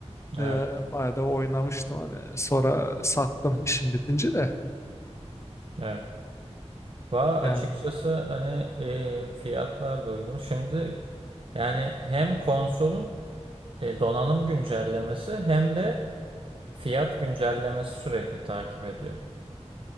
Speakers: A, on the left; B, on the right.
A: Ee,
B: Evet.
A: bayağı da oynamıştım hani sonra sattım işim bitince de
B: Evet. Va
A: yani.
B: açıkçası hani e, fiyatlar da uygun. Şimdi yani hem konsolun e, donanım güncellemesi hem de fiyat güncellemesi sürekli takip ediyor.